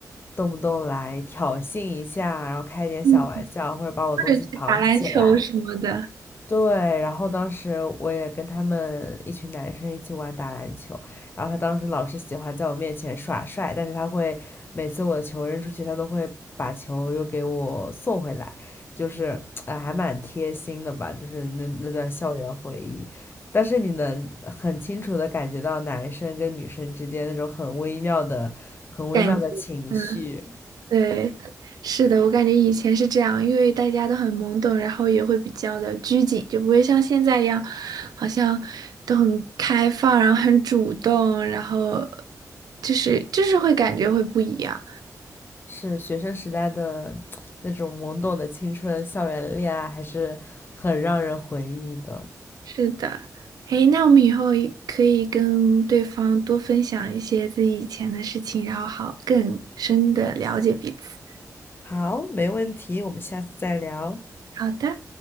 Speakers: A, on the left; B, on the right.
A: 动不动来挑衅一下，然后开一点小玩笑，
B: 嗯，
A: 或者把我东西藏起来。
B: 或者去打篮球什么的。
A: 对，然后当时我也跟他们一群男生一起玩打篮球，然后他当时老是喜欢在我面前耍帅，但是他会每次我的球扔出去，他都会把球又给我送回来，就是哎，还蛮贴心的吧，就是那那段校园回忆。但是你能很清楚的感觉到男生跟女生之间那种很微妙的、很微妙的情绪，
B: 感觉，嗯，对，是的，我感觉以前是这样，因为大家都很懵懂，然后也会比较的拘谨，就不会像现在一样，好像都很开放，然后很主动，然后就是就是会感觉会不一样。
A: 是学生时代的那种懵懂的青春，校园恋爱还是很让人回忆的。
B: 是的，哎，那我们以后也可以跟对方多分享一些自己以前的事情，然后好更深的了解彼此。
A: 好，没问题，我们下次再聊。
B: 好的。